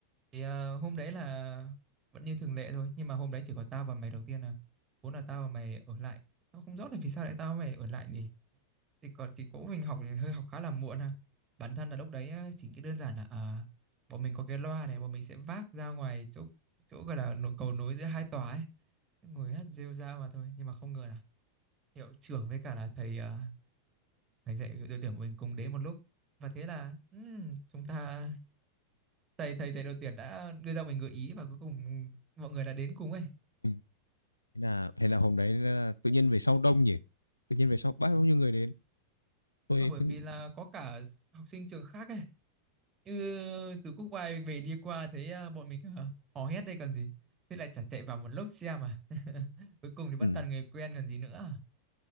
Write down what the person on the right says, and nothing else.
Thì ờ, hôm đấy là vẫn như thường lệ thôi. Nhưng mà hôm đấy chỉ có tao và mày đầu tiên à. Vốn là tao và mày ở lại. Tao không rõ là vì sao lại tao và mày ở lại nhỉ. Thì còn chỉ có mình học thì hơi học khá là muộn à. Bản thân là lúc đấy á, chỉ cái đơn giản là à, bọn mình có cái loa này. Bọn mình sẽ vác ra ngoài chỗ chỗ gọi là nối- cầu nối giữa hai tòa ấy. Ngồi hát rêu rao mà thôi. Nhưng mà không ngờ là hiệu trưởng với cả là thầy ờ, thầy dạy đội tuyển của mình cùng đến một lúc và thế là ừm, chúng ta thầy thầy dạy đội tuyển đã đưa ra mình gợi ý và cuối cùng mọi người đã đến cùng ấy
Ờ, bởi
vì là có cả học sinh trường khác ấy như từ Quốc Oai về đi qua thấy ờ, bọn mình ờ, hò hét đây còn gì thế lại chả chạy vào một lúc xem mà <laughs> cuối cùng thì vẫn
toàn người quen còn gì nữa